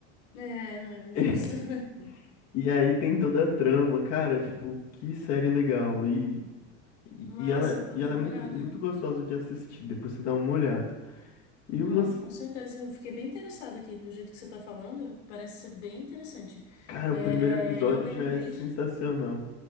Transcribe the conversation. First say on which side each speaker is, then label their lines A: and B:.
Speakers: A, on the left; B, on the left.
A: É, não,
B: <laughs>
A: justo. <laughs>
B: E aí tem toda a trama, cara, tipo, que série legal. E, e,
A: Massa,
B: e ela,
A: vou
B: e
A: dar
B: ela é
A: uma
B: muito,
A: olhada.
B: muito gostosa de assistir, depois você dá uma olhada. E
A: Não,
B: uma,
A: com certeza. Eu fiquei bem interessada aqui do jeito que você está falando. Parece ser bem interessante.
B: Cara,
A: É,
B: o primeiro episódio
A: é, eu lembrei
B: já é sensacional.
A: de